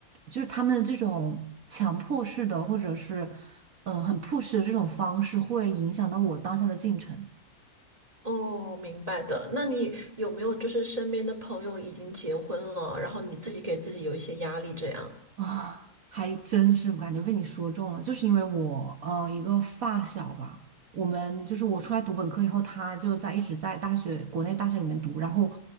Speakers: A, on the right; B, on the right.
A: 就是他们这种强迫式的或者是，嗯、很 push 的这种方式会影响到我当下的进程。
B: 哦，明白的。那你有没有就是身边的朋友已经结婚了，然后你自己给自己有一些压力这样？
A: 啊，还真是，我感觉被你说中了，就是因为我呃一个发小吧，我们就是我出来读本科以后，他就在一直在大学国内大学里面读，然后